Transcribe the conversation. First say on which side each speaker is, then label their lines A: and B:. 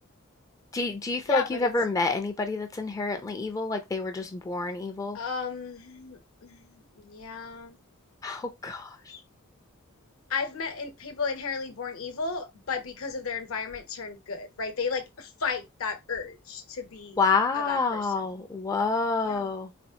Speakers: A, on the left; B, on the left.
A: do do you feel
B: Yeah,
A: like
B: but
A: you've ever
B: it's
A: met anybody that's inherently evil? Like they were just born evil?
B: um <sighs> yeah.
A: Oh God.
B: I've met in people inherently born evil, but because of their environment turned good, right? They like fight that urge to be
A: Wow.
B: a bad person.
A: Whoa.
B: Yeah.